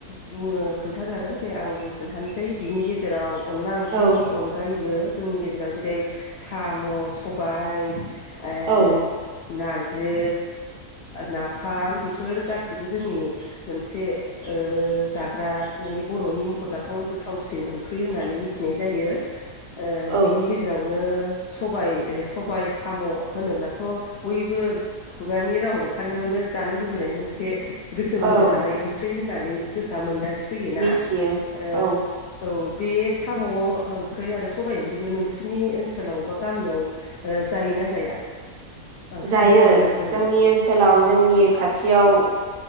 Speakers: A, on the left; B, on the right.
A: बुङो खोन्था जागोन दे आं बुं खोन्थानोसै बिनि गेजेराव अनला ओंख्रिनि
B: औ
A: अनगायै जोंनि गेजेराव जेरै- साम' सबाय ओ
B: औ
A: नार जि नाफाम बेफोर गासिबो जोंनि मोनसे ओ जाग्रा माने बर'नि मख'जाथाव गोथावसिन ओंख्रि होननानै मिथिनाय जायो। ओ
B: औ
A: बिनि गेजेरावनो सबाय सबाय साम' होनोब्लाथ' बयबो खुगानि राव ओंखारनायावनो जानो लुबैनाय मोनसे गोसो बोनो
B: औ
A: हानाय ओंख्रि होनना- नै गोसोआ मोनदां मिथि फैयोना
B: मिथियो
A: ओ
B: औ
A: औ बे साम' ओंख्रि आरो सबाय ओंख्रिखौ नोंसिनि ओनसोलाव बा गामियाव ओ जायो ना जाया? बांसिनै
B: जायो
A: नुनो मोनगोन ना
B: जोंनि
A: मोना?
B: ओनसोलाव जोंनि खाथियाव